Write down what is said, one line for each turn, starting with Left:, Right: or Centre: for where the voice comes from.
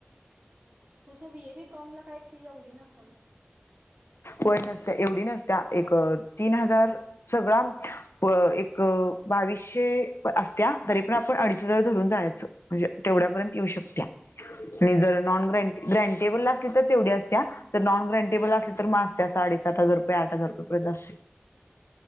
Right: तसं हे बी कमला काय की एवढी नसेल.
Left: होय नसत्या एवढी नसत्या एक तीन हजार सगळा. एक बावीसशे असत्या तरी पण आपण अडीच हजार धरून जायचं. म्हणजे तेवढ्यापर्यंत येऊ शकत्या. आणि जर नॉन ग्रेबल तर तेवढ्या असत्या नॉन ग्रटेबल अस. तर म असत्या साडे सात हजार रुपये आठ हजार रुपयर्ंत अस.